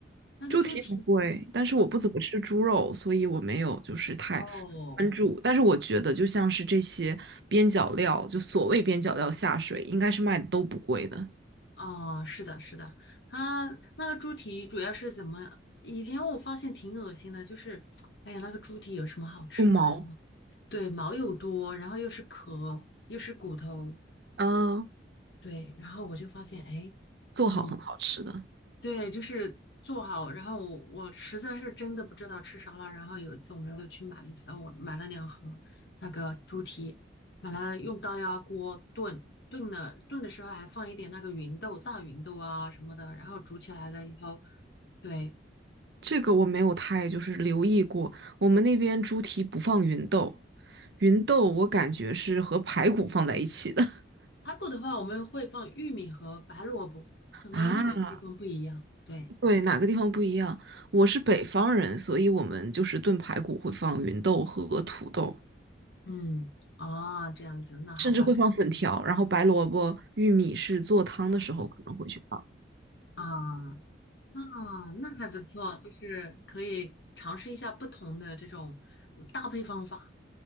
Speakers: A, on the left; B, on the right.
A: 那个猪蹄
B: 猪蹄不贵，但是我不怎么吃猪肉，所以我没有就是太
A: 哦
B: 关注。但是我觉得，就像是这些边角料，就所谓边角料下水，应该是卖的都不贵的，
A: 哦是的是的，它那个猪蹄主要是怎么？以前我发现挺恶心的，就是哎呀那个猪蹄有什么好吃的嘞？
B: 用毛，
A: 对，毛又多，然后又是壳又是骨头，
B: 嗯，
A: 对，然后我就发现哎，
B: 做好很好吃的。
A: 嗯，对，就是做好。然后我我实在是真的不知道吃啥了。然后有一次我们就去买，呃，我买了两盒那个猪蹄，买了用高压锅炖，炖了炖的时候还放一点那个芸豆、大芸豆啊什么的。然后煮起来了以后，对，
B: 这个我没有太就是留意过，我们那边猪蹄不放芸豆，芸豆我感觉是和排骨放在一起的 <laughs>。
A: 排骨的话我们会放玉米和白萝卜，可能每个地方不一样。
B: 啊，
A: 对，
B: 对，哪个地方不一样？我是北方人，所以我们就是炖排骨会放芸豆和土豆，
A: 嗯，哦，这样子，那好吧，
B: 甚至会放粉条，然后白萝卜、玉米是做汤的时候可能会去放。
A: 啊。啊，那还不错，就是可以尝试一下不同的这种呃搭配方法。